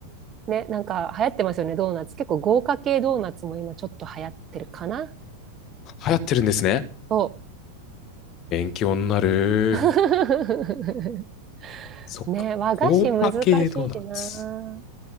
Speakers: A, on the right; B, on the left.
A: ね、なんか流行ってますよね、ドーナツ。結構豪華系ドーナツも今ちょっと流行ってるかな。
B: 流行ってるんですね。
A: そ
B: 勉強になる。
A: う。<laughs>
B: そっか。
A: ね、和菓子難しいしな。
B: 高価系ドーナツ。